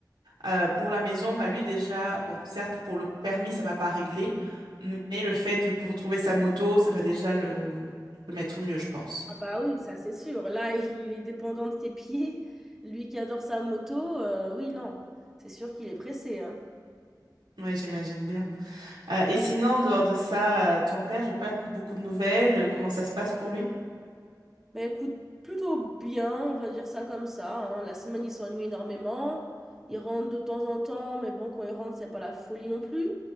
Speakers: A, on the right; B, in the centre.
A: Euh, pour la maison, bah lui déjà, bon, certes, pour le permis, ça va pas régler, mais le fait de retrouver sa moto, ça va déjà le, le mettre mieux, je pense.
B: Ah bah oui, ça c'est sûr. Là, <laughs> il est dépendant de ses pieds. Lui qui adore sa moto, euh, oui, non. C'est sûr qu'il est pressé, hein
A: Ouais, j'imagine bien. Euh, et sinon, en dehors de ça, euh, ton père, j'ai pas beaucoup de nouvelles. euh, Comment ça se passe pour lui?
B: Ben écoute, plutôt bien, on va dire ça comme ça. hein. La semaine, ils s'ennuient énormément. Ils rentrent de temps en temps, mais bon, quand ils rentrent, c'est pas la folie non plus.